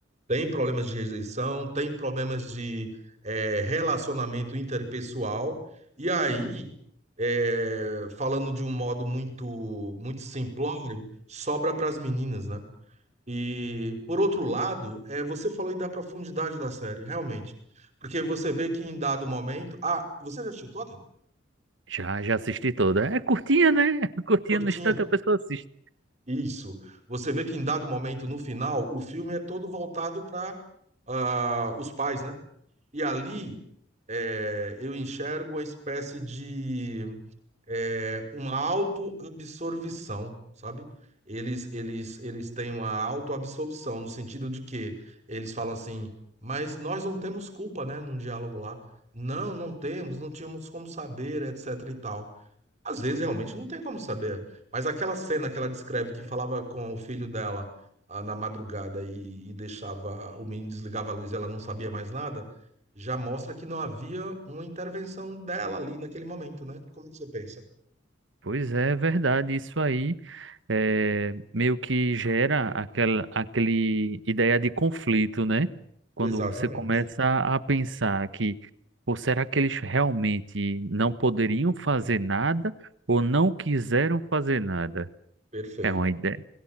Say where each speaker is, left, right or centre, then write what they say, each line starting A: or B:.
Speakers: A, on the right (about 35°); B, on the right (about 75°).
A: tem problemas de rejeição, tem problemas de eh, relacionamento interpessoal. E aí, eh, falando de um modo muito, muito simplório, sobra para as meninas, né? E, por outro lado, é você falou aí da profundidade da série, realmente. Porque você vê que em dado momento. Ah, você já assistiu toda?
B: Já, já assisti toda. É curtinha, né? <laughs> Curtinha
A: Curtinha.
B: no instante a pessoa assiste.
A: Isso. Você vê que em dado momento, no final, o filme é todo voltado para ah, os pais, né? E ali é, eu enxergo uma espécie de é, uma autoabsorvição, sabe? Eles, eles, eles têm uma autoabsorção, no sentido de que eles falam assim, mas nós não temos culpa, né, num diálogo lá. Não, não temos, não tínhamos como saber, etc e tal. Às vezes realmente não tem como saber. Mas aquela cena que ela descreve que falava com o filho dela ah, na madrugada e, e deixava o menino desligava a luz e ela não sabia mais nada, já mostra que não havia uma intervenção dela ali naquele momento, né? Como é que você pensa?
B: Pois é, é verdade. Isso aí é, meio que gera aquela aquele ideia de conflito, né? Quando
A: Exatamente.
B: você começa a pensar que, pô, será que eles realmente não poderiam fazer nada ou não quiseram fazer nada?
A: Perfeito.
B: É uma ideia,